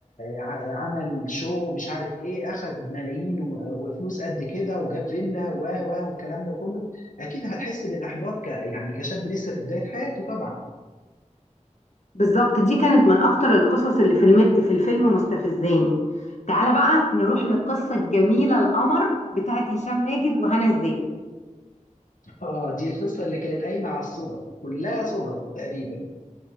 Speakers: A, on the left; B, on the left.
A: ع- عمل شو مش عارف ايه اخد ملايين و- وفلوس قد كده وجاب فيلا و و والكلام ده كله اكيد هتحس بالاحباط ك يعني كشاب لسه في بدايه حياته طبعا
B: بالظبط دي كانت من اكتر القصص اللي في الم... في الفيلم مستفزاني تعالى بقى نروح للقصة الجميلة القمر بتاعت هشام ماجد وهنا الزاهد
A: <laughs> اه دي القصه اللي كانت قايمه على الصدف كلها صدف تقريبا